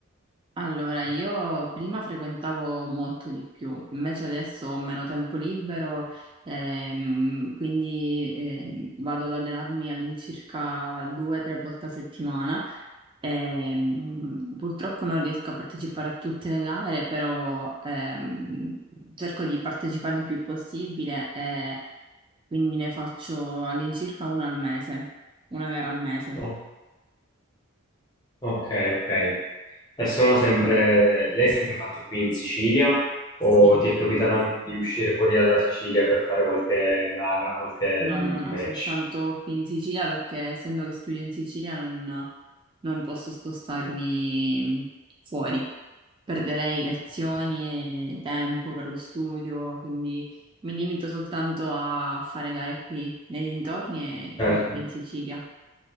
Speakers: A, on the right; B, on the left.
A: Allora, io prima frequentavo molto di più, invece adesso ho meno tempo libero, ehm, quindi ehm, vado ad allenarmi all'incirca due o tre volte a settimana. Ehm, purtroppo non riesco a partecipare a tutte le gare, però ehm, cerco di partecipare il più possibile e quindi ne faccio all'incirca una al mese, una gara al mese.
B: Oh, ok, ok. E sono sempre, lei è sempre fatte qui in Sicilia
A: Sì.
B: o ti è capitato anche di uscire fuori dalla Sicilia per fare qualche gara, qualche
A: No,
B: mm,
A: no, no,
B: match?
A: soltanto qui in Sicilia perché essendo che studio in Sicilia non, non posso spostarmi mh, fuori. Perderei lezioni
B: Ok.
A: e tempo per lo studio, quindi mi limito soltanto a fare gare qui nei dintorni e
B: Certo.
A: comunque in Sicilia.